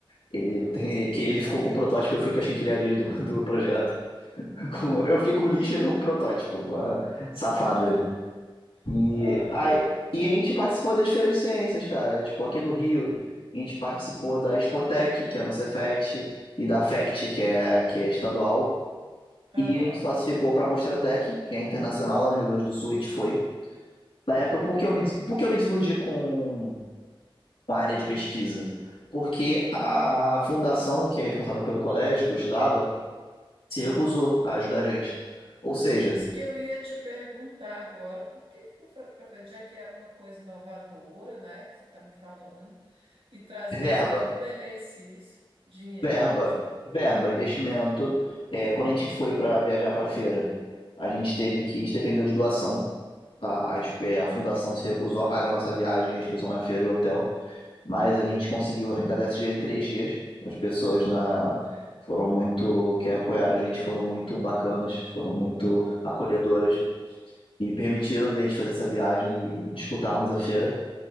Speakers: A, on the left; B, on the right.
A: Ele
B: Aham.
A: tem, que ele ficou com o protótipo, eu fiquei com as quinquilharias do, do projeto. <laughs> Com- eu fiquei com o lixo, ele ficou com o protótipo. Ah, Safado
B: <laughs>
A: ele. E
B: Ah,
A: aí,
B: é.
A: e
B: Ah,
A: a gente participou das feiras de ciências, cara. Tipo, aqui no Rio, a gente participou da Expotec, que é no Cefet, e da FECT, que é, que é estadual.
B: Aham.
A: E a gente classificou para a Mostratec, que é internacional lá no Rio Grande do Sul, a gente foi. Na época, por que
B: Aham.
A: eu me, des- por que eu me desiludi com, com a área de pesquisa? Porque a fundação, que é responsável pelo colégio que eu estudava, se
B: Aham.
A: recusou a ajudar a gente. Ou seja,
B: Isso que eu ia te perguntar agora, por que que não foi para frente, já que era uma coisa inovadora, né, que você está me falando, e trazia
A: verba.
B: tanto benefício, dinheiro,
A: Verba,
B: né? essa-
A: verba,
B: é,
A: investimento. É, quando a gente
B: uhum,
A: foi para viajar para feira, a gente teve que, a gente dependeu de doação, tá? A, es- é, a fundação se recusou a pagar a nossa viagem, a inscrição na feira e o hotel, mas a gente conseguiu arrecadar esse dinheiro em três dias. As pessoas na foram muito que apoiaram a gente, foram muito bacanas, foram muito
B: uhum.
A: acolhedoras e permitiram a gente fazer essa viagem e, e disputarmos a feira.